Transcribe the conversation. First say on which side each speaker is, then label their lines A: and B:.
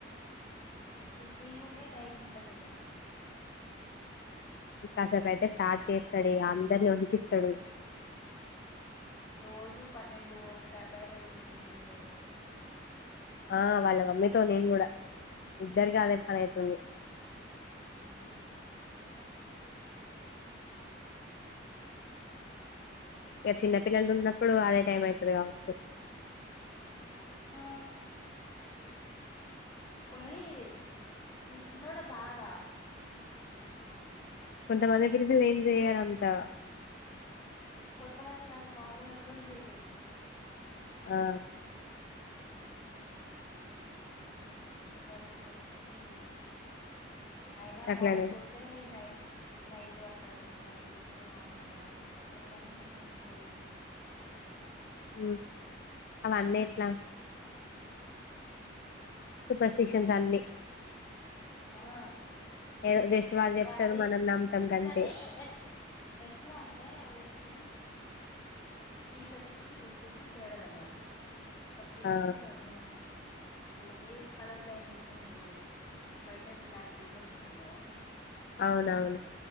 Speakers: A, on the left (about 35°); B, on the left (about 55°).
A: ఇప్పుడు ఫ్రీగుండి నైట్ ఉంటది ఇగ
B: ఇంకాసేపు అయితే స్టార్ట్ చేస్తాడు అందరిని వణికిస్తాడు.
A: రోజు పన్నెండు ఒకట ఆ టైం అయితున్నటు ఉంది నిదురపోయే సరికి
B: ఆ వాళ్ళ మమ్మీతో నేను కూడా ఇద్దరికి అదే పని అయితుంది.
A: మ్మ్ <inaudible>
B: ఇగ చిన్న పిల్లలు ఉన్నప్పుడు అదే టైం ఐతది కావచ్చు
A: ఆ మరి ఈ చిన్నోడే బాగా
B: కొంత మంది సలు ఏం చెయరంతా
A: కొంతమంది కాదు మావోల్లు ఎవ్వరు చేయలేదు.
B: ఆ
A: ఎవరూ చేయలేదు ఎప్పుడు లేదు. అయినా
B: అట్లనే
A: మార్నింగ్ కుడితే నై నైట్ అంటారు. నైట్ పూడితే మార్నింగ్ అంటరు అంటారు గనీ ఏం ఉండదు మేబీ
B: ఉహ్ అవ్వనేట్ల సూపర్ స్టిషన్స్ అన్ని
A: ఆ
B: ఏదో జస్ట్ వాళ్ళు చెప్తారు
A: అది
B: మనం నమ్ముతాం గంతే
A: కానీ ఎట్లా ఎట్లా అంటే వాళ్ళకి చీకటికి వెలుతురుకి తేడా తెలవాలి. ఒక త్రీ మంత్స్
B: ఆ
A: పడ్నాయి అనుకో వాళ్ళకి కలర్ బ్లైండెన్స్ అని పోతది వైట్ అండ్ బ్లాక్ చూడడం ఉంటది కదా
B: అవునవును